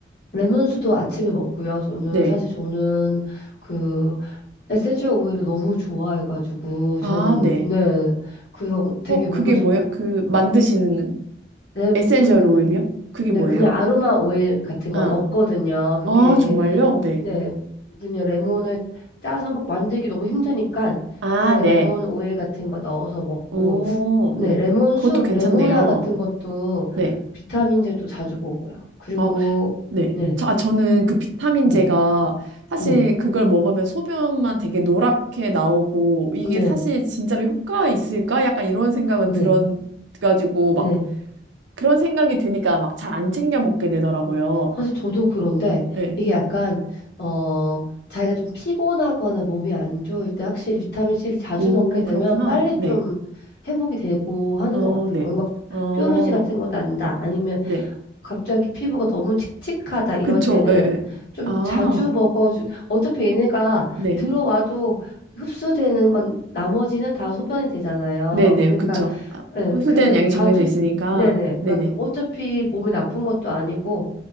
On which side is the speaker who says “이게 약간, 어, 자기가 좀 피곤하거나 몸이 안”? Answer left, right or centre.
Left